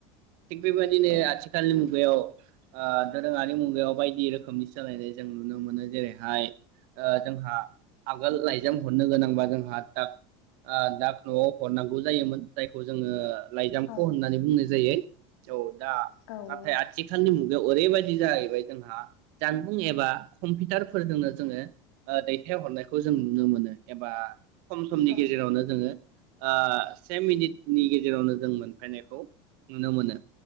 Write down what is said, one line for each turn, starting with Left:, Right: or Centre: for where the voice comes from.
Right: थिग बेबायदिनो
Left: औ
Right: आथिखालनि मु गायाव ओ दोरोंङारि मुगायाव बायदि रोखोमनि सोलायनाय जों नुनो मोनो जेरैहाय ओ जोंहा आगोल लाइजाम हरनो गोनांबा जोंहा दाक ओ दाक न'आव हरनांगौ जायोमोन जायखौ जोङो लाइजामख'
Left: औ
Right: होननानै बुंनाय जायो। औ दा
Left: औ
Right: नाथाय
Left: नंगौ
Right: आथिखालनि मु गायाव ओरैबायाददि जाहैबाय जोंहा जानबुं एबा कम्पिउटारफोरजोंनो जोङो ओ दैथायहरनायखौ जों नुनो मोनो एबा खम समनि
Left: औ
Right: गेजेरावनो जोङो आ से मिनिटनि गेजेरावनो जों मोनफैनायखौ नुनो मोनो।